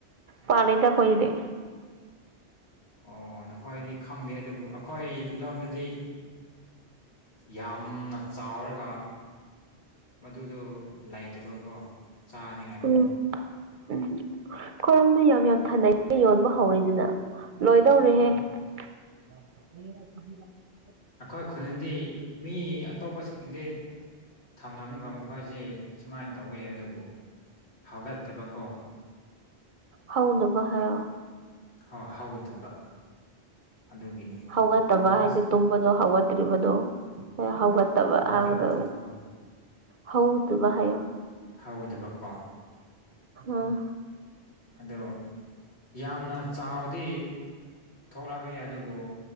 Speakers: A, on the right; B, on the left.
A: ꯄꯂꯩꯗ ꯑꯈꯣꯏꯗꯤ
B: ꯑꯣ ꯅꯈꯣꯏꯗꯤ ꯈꯪꯗꯦ ꯑꯗꯨꯕꯨ ꯑꯩꯈꯣꯏ ꯂꯣꯝꯗꯗꯤ ꯌꯥꯝꯅ ꯆꯥꯎꯔꯒ ꯃꯗꯨꯗꯣ ꯂꯩꯇꯕꯀꯣ ꯆꯥꯅꯤꯉꯥꯏꯗꯣ
A: ꯎꯝ ꯎꯝ ꯈꯔꯣꯝꯗꯨ ꯌꯥꯝ ꯌꯥꯝ ꯊꯥꯅꯩ ꯌꯣꯟꯕ ꯍꯧꯔꯦꯗꯅ ꯂꯣꯏꯗꯧꯔꯦ
B: ꯎꯝ
A: <inaudible>
B: ꯑꯩꯈꯣꯏ ꯈꯨꯟꯗꯤ ꯃꯤ ꯑꯇꯣꯞꯄꯁꯤꯡꯗꯤ ꯊꯝꯂꯝꯃꯒ ꯃꯈꯣꯏꯁꯤ ꯁꯨꯃꯥꯏꯅ ꯇꯧꯋ ꯑꯗꯨꯕꯨ ꯍꯧꯒꯠꯇꯕꯀꯣ
A: ꯍꯧꯅꯕ ꯍꯥꯏꯌꯣ
B: ꯍꯣ ꯍꯧꯗꯕ ꯑꯗꯨꯒꯤꯅꯤ
A: ꯍꯧꯒꯠꯇꯕ
B: ꯃꯈꯣꯏꯁꯦ
A: ꯍꯥꯏꯗꯤ ꯇꯨꯝꯕꯗꯣ ꯍꯧꯒꯠꯇ꯭ꯔꯤꯕꯗꯨ ꯍꯧꯒ ꯒꯗꯕ
B: ꯍꯧꯒꯠꯇꯕ
A: ꯍꯧꯏꯕꯥꯗꯣ
B: ꯍꯣꯏ
A: ꯍꯧꯗꯣꯕ ꯍꯥꯏꯌꯣ
B: ꯍꯧꯗꯕꯀꯣ
A: ꯑꯣ
B: ꯑꯗꯣ ꯌꯥꯝꯅ ꯆꯥꯎꯗꯤ ꯊꯣꯛꯂꯛꯑꯦ ꯑꯗꯨꯕꯨ